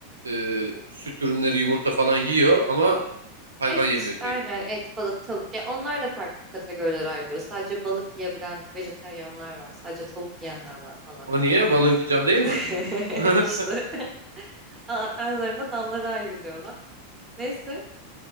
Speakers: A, on the right (about 85°); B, on the right (about 25°).
A: Ee, süt ürünleri, yumurta falan yiyor ama hayvan
B: Et,
A: yemiyor direkt.
B: aynen et, balık, tavuk. Ya onlar da farklı kategorilere ayrılıyor. Sadece balık yiyebilen vejetaryenler var. Sadece tavuk yiyenler var falan.
A: O niye? Balınki can değil mi?
B: <laughs>
A: <laughs>
B: İşte. a- aralarına dallara ayrılıyorlar. Neyse